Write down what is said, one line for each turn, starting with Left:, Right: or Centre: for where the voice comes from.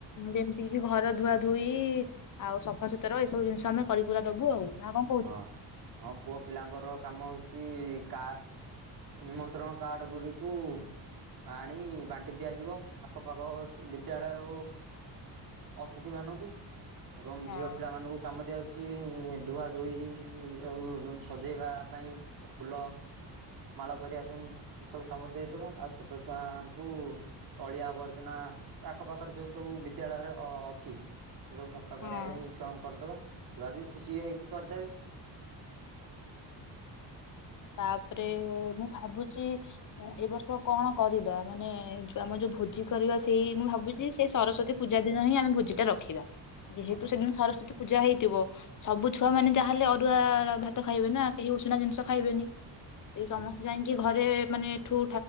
Left: ଯେମିତି କିି ଘର ଧୁଆ ଧୋଇ ଆଉ ସଫାସୁତୁରା ଏଇ ସବୁ ଜିନିଷ ଆମେ କରି କୁରା ଦବୁ ଆଉ। ନା କଣ କହୁଛୁ?
Right: ହଁ ହଁ ପୁଅ ପିଲାଙ୍କର କାମ ହଉଛି କା ନିମନ୍ତ୍ରଣ କାର୍ଡ ଗୁଡ଼ିକୁ ଆଣି ବାଣ୍ଟି ଦିଆଯିବ ଆଖପାଖ ବିଦ୍ୟାଳୟ ଅତିଥି ମାନଙ୍କୁ ଏବଂ
Left: ହଁ
Right: ଝିଅ ପିଲାମାନଙ୍କୁ କାମ ଦିଆହୋଉଛି। ଧୁଆ ଧୋଇ ସଉ ସଜେଇବା ପାଇଁ ଫୁଲ ମାଳ କରିବା ପାଇଁ ଏସବୁ କାମରେ ଦେଇଦବା ଆଉ ଛୋଟ ଛୁଆଙ୍କୁ ଅଳିଆ ଆବର୍ଜନା ଆଖ ପାାଖରେ ଯୋଉ ସବୁ ବିଦ୍ୟାଳୟରେ ଅଛି। ଏ ସବୁ ସଫା
Left: ହଁ
Right: କରିବା ପାଇଁ ଇଛଆ କରିଦବା। ଛୁଆ ବି ଖୁସି ହେଇକି କରିଦେବେ।
Left: ତାପରେ ମୁଁ ଭାବୁଛି ଏ ବର୍ଷ କଣ କରିବା ମାନେ ଆମ ଯୋଉ ଭୋଜି କରିବା ସେଇ ମୁଁ ଭାବୁଛି ସେଇ ସରସ୍ଵତୀ ପୂଜା ଦିନ ହିଁ ଆମେ ଭୋଜି ଟା ରଖିବା। ଯେହେତୁ
Right: ହଁ
Left: ସେଦିନ ସରସ୍ଵତ ପୂଜା ହେ। ଦିବ। ସବୁ ଛୁଆ
Right: ହଁ
Left: ମେ ଯାହା ହେଲେରୁଆ ଭାତ ଖାଇବେ ନା କେହି ଉଷୁଣ ଜିନିଷ। ଖାଇବ। ଁ <unintelligible> ସେଇ
Right: ହଁ
Left: ସମସ୍ତେ ଯାଇକି ଘରେ ମାନେ ଏଠୁ